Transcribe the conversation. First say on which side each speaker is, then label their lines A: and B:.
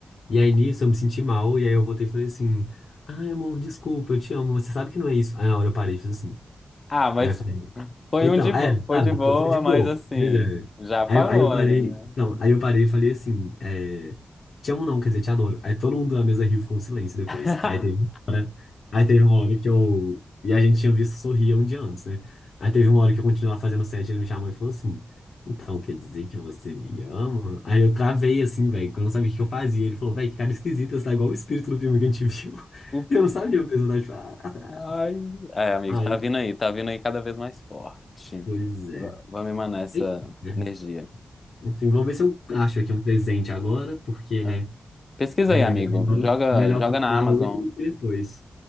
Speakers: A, on the left; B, on the left.
A: E aí nisso eu me senti mal, e aí eu voltei e falei assim: Ai, amor, desculpa, eu te amo, você sabe que não é isso. Aí na hora eu parei e fiz assim.
B: Ah, mas
A: Aí eu falei.
B: Foi
A: Então,
B: um de boa,
A: é,
B: foi
A: sabe,
B: de boa,
A: foi, foi de boa.
B: mas assim,
A: Pois é.
B: já
A: Aí,
B: falou
A: eu- aí eu parei,
B: ali, né?
A: então, aí eu parei e falei assim, é, te amo não, quer dizer, te adoro. Aí todo mundo na mesa riu, e ficou um silêncio depois.
B: <laughs>
A: Aí teve uma hora, aí teve uma hora que eu, e a gente tinha visto sorrir um dia antes, né? Aí teve uma hora que eu continuava fazendo set, ele me chamou e falou assim, então, quer dizer que você me ama? Aí eu travei assim, velho, que eu não sabia o que eu fazia. Ele falou, velho, que cara esquisita, você tá igual o espírito do filme que a gente viu. <laughs>
B: O-
A: eu não sabia mesmo, eu tava tipo, ah, ah,
B: Ai,
A: ah.
B: é, amigo,
A: Aí,
B: tá vindo aí, tá vindo aí cada vez mais forte.
A: pois é.
B: V- Vamos emanar essa
A: Enfim, né?
B: energia.
A: Enfim, vou ver se eu acho aqui um presente agora, porque, né?
B: É. Pesquisa
A: É
B: aí, amigo.
A: melhor,
B: Joga,
A: melhor
B: joga
A: comprar
B: na Amazon.
A: hoje do que depois.